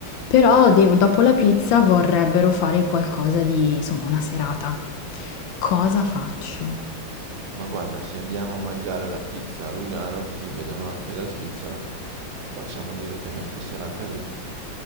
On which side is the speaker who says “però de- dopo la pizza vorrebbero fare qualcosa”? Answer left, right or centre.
Left